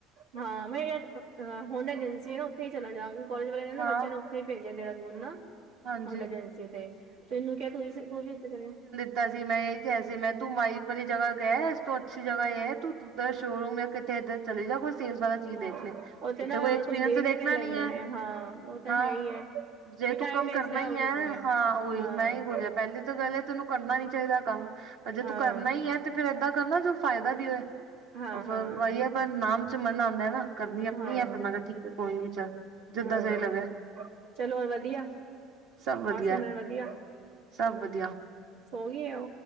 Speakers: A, on the right; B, on the right.
A: ਹਾਂ, ਮੈਂ ਯ ਹਾਂ ਹੁਨ ਏਜੰਸੀ ਏ ਨਾ ਓਥੇ ਈ ਚਲਾ ਜਾਂ, ਕੋਲੇਜ ਵਾਲੇ ਨੇ ਨਾ
B: ਹਾਂ
A: ਬੱਚੇਯਾਂ ਨੂੰ ਨੀ ਪੇਜਯਾ ਦੇਰਾਦੂਨ ਨਾ
B: ਹਾਂਜੀ
A: ਹੋਂਡ ਏਜੰਸੀ ਤੇ, ਫੇਰ ਐਨੂੰ ਕੈ ਤੂੰ ਈ ਸ, ਤੂੰਵੀ ਉੱਤੇ ਚੱਲੇ ਜਾ
B: ਕੀਤਾ ਸੀ ਮੈਂ ਐਈ ਕੇਆ ਸੀ ਮੈਂ, ਤੂੰ ਮਾਈਕ ਵਾਲੀ ਜਗਾ ਗਯੈ ਇਸ ਤੋ ਅੱਛੀ ਜਗਾ ਯੇ ਐ ਤੂ ਤੂ ਤਾ ਸ਼ੋਰੂਮ ਹੈ ਕਿੱਥੇ ਇਧਰ। ਚਲੀ ਜਾ, ਕੋਈ ਸੇਲਸ ਵਾਲਾ ਚੀਜ਼
A: ਹਾਂ
B: ਦੇਖ ਲੇ
A: ਉੱਥੇ
B: ਉਤੇ
A: ਨਾ
B: ਕੋਈ ਐਕਸਪੀਰੀਅੰਸ
A: ਕੁਛ ਦੇਂਦੇ
B: ਤਾ ਦੇਖਨਾ
A: ਵੀ ਲੈਂਦੇ
B: ਨੀ ਐ,
A: ਨੇ ਹਾਂ ਉਹ ਤਾਂ
B: ਹਾਂ।
A: ਹੈ ਹੀ ਹੈ
B: ਜੇ
A: ਇਹ
B: ਤੂੰ
A: ਟਾਈਮ
B: ਕਾੰਮ
A: ਵੇਸਟ
B: ਕਰਨਾ
A: ਹੈ
B: ਈ
A: ਹੋਰ ਕੁਛ
B: ਐ,
A: ਨੀ ਹੈ
B: ਹਾਂ, ਉਈ
A: ਹਾਂ
B: ਮੈਂ ਈ ਬੋਲਯਾ ਪੈਲੀ ਤਾਂ ਗਾੱਲ ਐ ਤੈਨੂੰ ਕਰਨਾ ਨੀ ਚਾਈਦਾ ਕਾੰਮ, ਪਰ ਜੇ
A: ਹਾਂ
B: ਤੂੰ ਕਰਨਾ ਈ ਐ ਤੇ ਫੇਰ ਏਦਾਂ ਕਾੱਰ ਨਾ ਜੋ ਫਾਯਦਾ ਵੀ ਹੋਏ,
A: ਹਾਂ
B: ਓ ਫੇਰ
A: ਹਾਂ
B: ਵਈ ਐ ਪਰ ਨਾਮ ਚ ਮਨ ਆਂਦਾ ਐ ਨਾ। ਕਰਨੀ ਅਪਨੀ
A: ਹਾਂ
B: ਐ, ਫੇਰ ਮੈਂ ਕਾ ਠੀਕ ਐ ਕੋਈ ਨੀ ਚੱਲ, ਜਿੱਦਾ
A: ਹਾਂ
B: ਸਈ ਲਗੈ।
A: ਚਲੋ ਹੋਰ ਵਦੀਆ,
B: ਸਭ ਵਧੀਆ
A: ਹਾਂ ਸਿਮਰਨ ਵਦੀਆ।
B: ਸਭ ਵਧੀਆ
A: ਸੋ ਗੀ ਐ, ਓ?